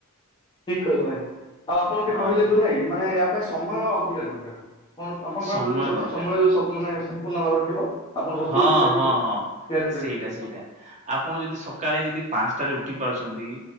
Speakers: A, on the left; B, on the right.
A: ଠିକ୍ କହିଲେ ଭାଇ, ଆଉ ଆପଣ
B: ହଁ
A: ବି କହିଲେ ଯଉ ନାଇଁ କି ମାନେ ୟା ପାଇଁ ସମୟ ଅଧିକା ଦରକାର୍। ଆପଣଙ୍କ
B: ସମୟ
A: ଯଦି
B: ଦରକାର।
A: ସମୟ-----ମାନେ ସମ୍ପୂର୍ଣ୍ଣ ଭାବରେ ର ଥିବ। ଆପଣ
B: ହଁ
A: ବସିକି ସେଟାକୁ
B: ହଁ ହଁ
A: <inaudible>
B: ସେଇଟା ସେଇଟା ଆପଣ ଯଦି ସକାଳେ ଯଦି ପାନ୍‌ଷ୍ଟା ରେ ଉଠି ପାରୁଚନ୍ତି।